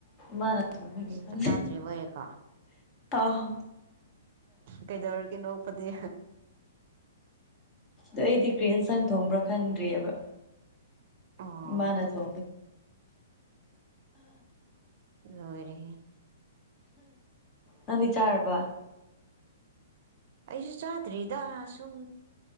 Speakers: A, on the left; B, on the right.
A: ꯃꯥꯅ ꯊꯣꯡꯕꯒꯤꯦ
B: ꯑꯁ
A: ꯈꯪꯗꯦ
B: ꯆꯥꯛ ꯆꯥꯗ꯭ꯔꯤꯕ ꯑꯣꯏꯔꯦꯀꯣ
A: ꯑꯣ
B: ꯀꯩꯗꯧꯔꯒꯤ ꯅꯣꯛꯄꯗꯤ
A: ꯑꯣ ꯑꯩꯗꯤ ꯀ꯭ꯔꯦꯟ ꯁꯪ ꯊꯣꯡꯕ꯭ꯔꯥ ꯈꯪꯗ꯭ꯔꯤꯑꯕ
B: ꯑꯣ
A: ꯃꯥꯅꯦ ꯊꯣ
B: ꯑꯗꯨ ꯑꯣꯏꯔꯤ
A: ꯅꯗꯤ ꯆꯥꯔꯔꯕ
B: ꯑꯩꯁꯨ ꯆꯥꯗ꯭ꯔꯤꯗ ꯁꯨꯝ